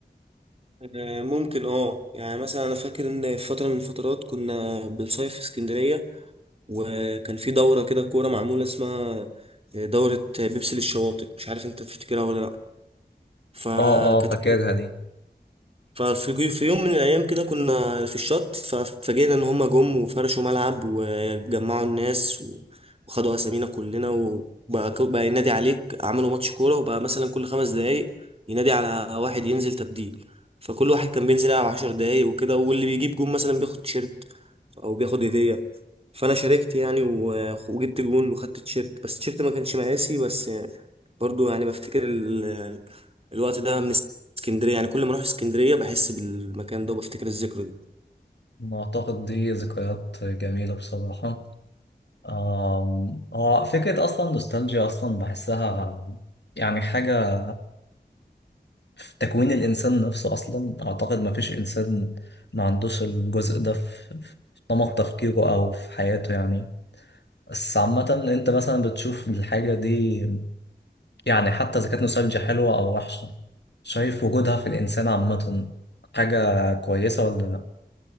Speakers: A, on the right; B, on the left.
A: آه، ممكن اه يعني مثلا انا فاكر ان في فتره من الفترات كنا بنصيف في اسكندريه وكان في دوره كده كوره معموله اسمها دوره بيبسي للشواطئ مش عارف انت تفتكرها ولا لا فكانت
B: اه اه فاكرها دي
A: ففي في يوم من الأيام كده كنا في الشط ففاجئنا إن هما جم وفرشوا ملعب وجمعوا الناس و- وخدوا أسامينا كلنا وبقى ك- بقى ينادي عليك عملوا ماتش كورة وبقى مثلا كل خمس دقايق ينادي على واحد ينزل تبديل فكل واحد كان بينزل يلعب عشر دقايق وكده واللي بيجيب جون مثلا بياخد تيشيرت أو بياخد هدية فأنا شاركت يعني و- وجبت جون وخدت تيشيرت بس التيشيرت ما كانش مقاسي بس برضو يعني بفتكر ال- الوقت ده من اسكندريه يعني كل ما اروح اسكندريه بحس بالمكان ده وبفتكر الذكرى دي
B: ما أعتقد دي ذكريات جميلة بصراحة آم، هو فكرة أصلا نوستالجيا أصلا بحسها يعني حاجة في تكوين الإنسان نفسه أصلا أعتقد ما فيش إنسان ما عندوش الجزء ده في في نمط تفكيره أو في حياته يعني بس عامة أنت مثلا بتشوف الحاجة دي يعني حتى إذا كانت نوستالجيا حلوة أو وحشة شايف وجودها في الإنسان عامة حاجة كويسة ولا لأ؟